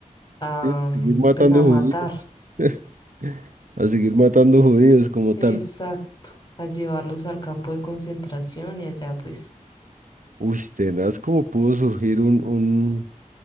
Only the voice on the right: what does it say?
Sí,
seguir matando
judíos. <laughs> a seguir matando judíos como tal.
Uy, tenaz, ¿cómo pudo surgir un, un,